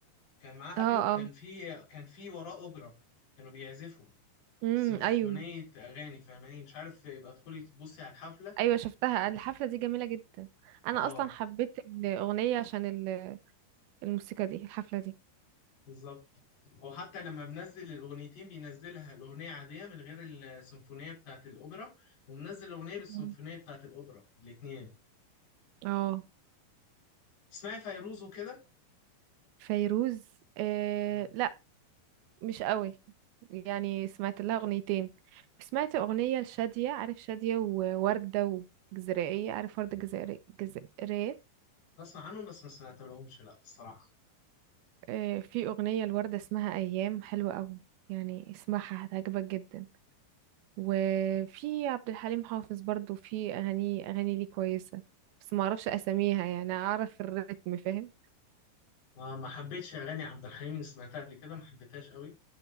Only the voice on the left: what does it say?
كان معاه
أبيو كان
في كان في وراه أوبرا كانوا بيعزفوا
سيمفونية
أغاني فاهماني مش عارف يبقى تدخلي تبصي على الحفلة
اه
بالظبط هو حتى لما بنزل الأغنيتين بينزلها الأغنية عادية من غير السيمفونية بتاعة الأوبرا ومنزل الأغنية بالسيمفونية
بتاعة الأوبرا الاتنين
اسمعي فيروز وكده
مم.
بسمع عنهم بس ما سمعتلهمش لا الصراحة
ما ما حبيتش أغاني عبد الحليم اللي سمعتها قبل كده ما حبيتهاش قوي